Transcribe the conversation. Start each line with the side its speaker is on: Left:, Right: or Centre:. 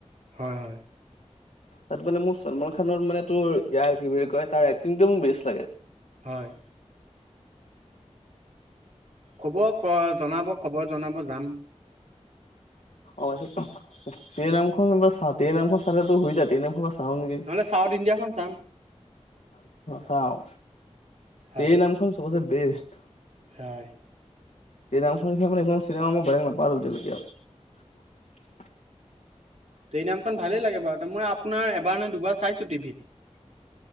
Right: হয়, হয়।
Left: তাত মানে মোৰ চলমান খানৰ মানে তোৰ ইয়াৰ কি বুলি কয় তাৰ এক্টিং মোৰ বেছ লাগে।
Right: হয়। ক'বৰ খ জনাব খবৰ জনাব যাম।
Left: অবৈছে। টেৰ নামখন বা চা ৰ নামখন চালোটো হৈ যায় ৰ নামখন। চাওঁ নেকি।
Right: নহ'লে চাউথ ইণ্ডিয়াখন চাম।
Left: চাওঁ
Right: হয়
Left: টেৰে নামখন চবচে বেষ্ট।
Right: হয়।
Left: টেৰ নামখন নিচিনা মানে এইখনো চিনেমা মই বেলেগ নাপালো এতিয়ালৈকে।
Right: ট্ৰেইনামখন ভালেই লাগে বাৰু। মই আপোনাৰ এবাৰ নে দুবাৰ চাইছো টিভিত।